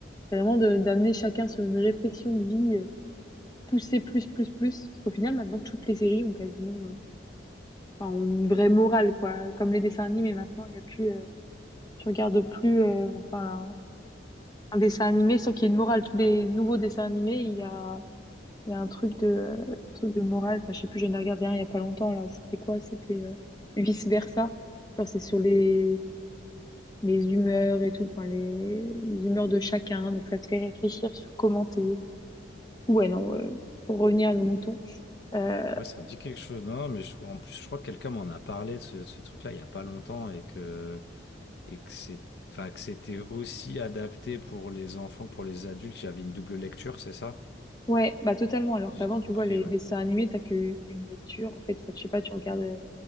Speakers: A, on the left; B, on the left.
A: c'est vraiment de- d'amener chacun sur une réflexion de vie, euh, pousser plus, plus, plus. Parce qu'au final, maintenant, toutes les séries ont quasiment, euh, enfin, ont une vraie morale, quoi. Comme les dessins animés, maintenant, il n'y a plus, euh, tu regardes plus, euh, enfin, un dessin animé sans qu'il y ait une morale. Tous les nouveaux dessins animés, il y a, il y a un truc de, truc de morale. Enfin, je sais plus, j'en ai regardé un il y a pas longtemps, là. C'était quoi? C'était vice-versa. c'est sur les, les humeurs et tout, enfin, les, les humeurs de chacun. Donc, ça te fait réfléchir sur comment t'es. Ouais, non, euh, pour revenir à nos moutons. Euh,
B: Ouais, ça me dit quelque chose. Non, non, mais je- en plus, je crois que quelqu'un m'en a parlé de ce, ce truc-là il y a pas longtemps et que, et que c'est, enfin, que c'était aussi adapté pour les enfants, pour les adultes. Il y avait une double lecture, c'est ça?
A: ouais, bah, totalement. Alors
B: Si
A: qu'avant,
B: J'ai tout
A: tu
B: compris,
A: vois, les
B: ouais.
A: dessins animés, t'as que une lecture, en fait. Enfin, je sais pas, tu regardes,